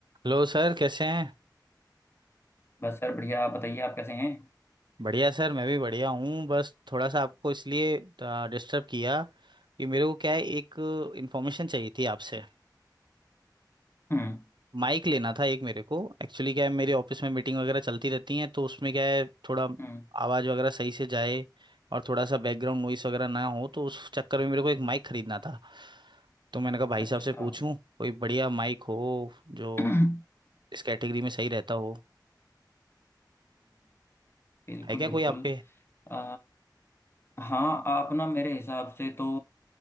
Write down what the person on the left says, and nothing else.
बस सर बढ़िया आप बताइए आप कैसे हैं
हम्म
हम्म
अच्छा
हम्म
बिल्कुल
बिल्कुल
अ, हाँ आप ना मेरे हिसाब से तो